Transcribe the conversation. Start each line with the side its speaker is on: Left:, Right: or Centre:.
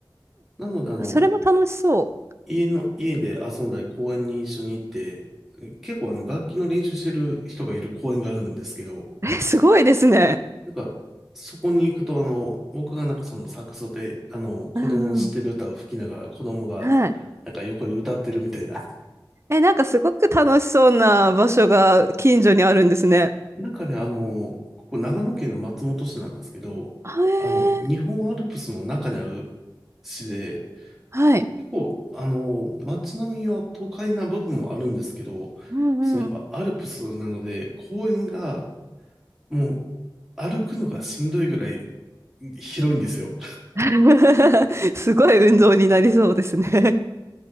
Centre: なので、あの、
Right: それも楽しそ
Centre: 家の、家で遊んだり、公園に一緒に行って、結構、あの、楽器の練習してる人がいる公園があるんですけど、
Right: う。え、すごいですね。
Centre: なんか、そこに行くと、あの、僕がなんかそのサックスで、あの、子供の知ってる歌を吹きながら、
Right: うんうん。
Centre: 子供が、
Right: はい。
Centre: なんか横で歌ってるみたいな
Right: え、なんかすごく楽しそうな場所が近所にあるんですね。
Centre: なんかね、あの、ここ長野県の松本市なんですけど、
Right: あへえ、
Centre: あの、日本アルプスの中にある市で、
Right: はい。
Centre: 結構、あの、街並みは都会な部分もあるんですけど、
Right: うんうん。
Centre: そのやっぱアルプスなので、公園がもう歩くのがしんどいぐらい広いんですよ。
Right: <laughs> すごい運動になりそうですね。